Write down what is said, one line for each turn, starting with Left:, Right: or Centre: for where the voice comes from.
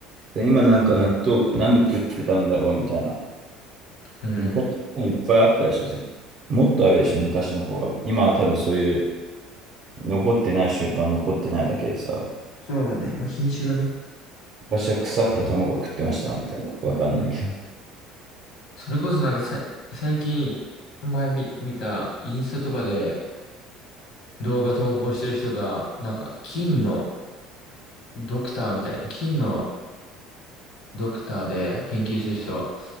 Right: 今なんか納豆、なんで食ってたんだろうみたいな。
Left: うんうん。
Right: 昔のいっぱいあったでしょ、絶もっとあるでしょ、昔の方が。今は多分そういう残ってない習慣残ってないだけでさ、
Left: そうだね。まあ、品種がね。
Right: 昔は腐った卵食ってましたみたいな、わかんないけど。
Left: それこそなんかさい、最近前見、見たインスタとかで動画投稿してる人が、なんか金のドクターみたいな、金のドクターで研究してる人、